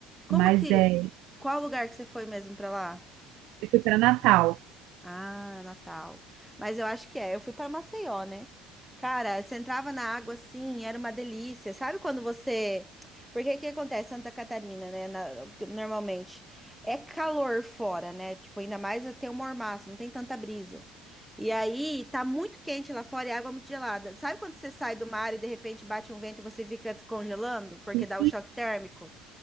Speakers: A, in the centre; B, on the right.
A: Como
B: Mas
A: que,
B: é,
A: qual lugar que você foi mesmo para lá?
B: eu fui para Natal.
A: Ah, Natal. Mas eu acho que é. Eu fui para Maceió, né? Cara, você entrava na água assim, era uma delícia. Sabe quando você. Porque o que acontece em Santa Catarina, né? na- Normalmente é calor fora, né? Tipo, ainda mais tem um mormaço, não tem tanta brisa. E aí tá muito quente lá fora e a água é muito gelada. Sabe quando você sai do mar e de repente bate um vento e você fica descongelando porque
B: Sim,
A: dá o choque térmico?